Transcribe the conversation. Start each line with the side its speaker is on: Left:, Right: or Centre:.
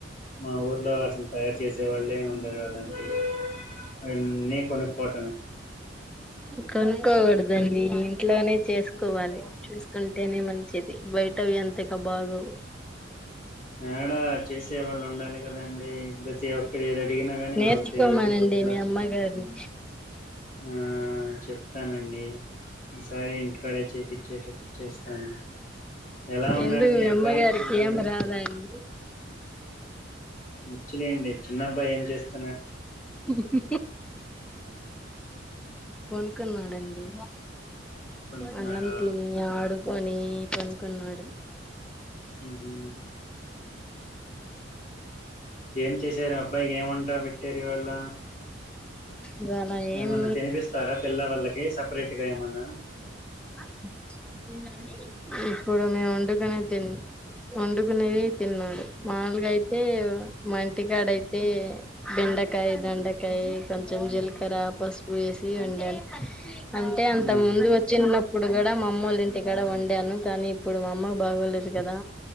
Left: మా ఊర్లో అసలు తయారు చేసే వాళ్ళే ఉండరు అలాంటివి అన్ని కొనుకోటమే
Centre: కోనుక్కోకూడదండి ఇంట్లోనే చేసుకోవాలి చేసుకుంటేనే మంచిది బయటవి అంత ఇకా బాగోవు
Left: యాడ చేసేవాళ్ళు ఉండాలి కదండి ప్రతి ఒక్కరు ఏది అడిగినా కాని
Centre: నేర్చుకోమనండి
Left: మాకు తెలిదు ఎలా
Centre: మీ
Left: చేస్
Centre: అమ్మగారిని
Left: ఆ చెప్తానండి సరే ఇంటికాడే చేపిచ్చ్ ఓకే చేస్తాను ఎలా ఉన్నాడు
Centre: ఎందుకు
Left: మీ అబ్బాయి
Centre: అమ్మగారికి
Left: చిన్నాడు
Centre: ఏం రాదా అండి
Left: వచ్చలేండి చిన్నబాయి ఏం చేస్త
Centre: హు హు పనుకున్నడండి
Left: పనుకున్నాడా
Centre: అన్నమ్ తని ఆడుకొని కొని పనుకున్నాడు
Left: హు హుహు ఏం చేశారు అబ్బాయికి ఏం వంట చేసారివల్ల
Centre: ఇవాళ
Left: ఏమన్న
Centre: ఏం
Left: తినిపిస్తారా పిల్ల వాళ్ళకి సపరేట్ గాఏమన్నా
Centre: ఆ ఏందండి ఇప్పుడు మేం వండుకునేది తి వండుకునేవి తిన్నాడు మాముూలుగా అయితే మా ఇంటికాడ అయితే బెండకాయ దొండకాయ కొంచెం జీలకర్ర పసుపు వేసి వండాలి అంటే అంత
Left: ఉమ్
Centre: ముందు వచ్చినప్ ఇప్పుడు కూడా మా అమ్మోళ్లు ఇంటికాడ వండాను కానీ ఇప్పుడు మా అమ్మ బాగోలేదు కదా